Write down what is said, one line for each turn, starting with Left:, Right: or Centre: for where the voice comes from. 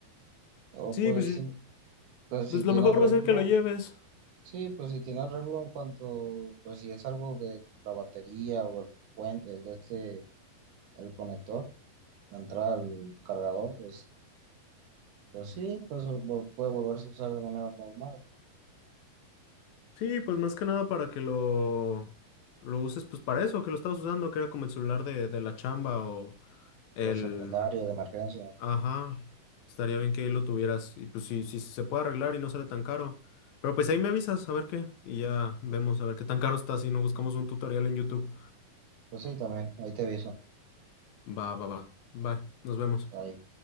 Right: O
Left: Sí,
Right: pues,
Left: pues, yo-
Right: sí, pues
Left: pues
Right: si tiene
Left: lo mejor
Right: arreglo.
Left: va a ser que lo lleves.
Right: Sí, pues si tiene arreglo en cuanto, pues si es algo de la batería o el puente, el de este, el conector, la entrada al cargador, pues, pues sí, pues vol- puede volverse a usar de manera normal.
Left: Sí, pues más que nada para que lo, lo uses pues para eso, que lo estabas usando, que era como el celular de, de la chamba o el...
Right: los secundarios de emergencia.
Left: Ajá, estaría bien que ahí lo tuvieras y pues si si se puede arreglar y no sale tan caro. Pero pues ahí me avisas a ver qué y ya vemos a ver qué tan caro está si no buscamos un tutorial en YouTube.
Right: Pues sí, también, ahí te aviso.
Left: Va, va, va. Bye, nos vemos.
Right: Ahí.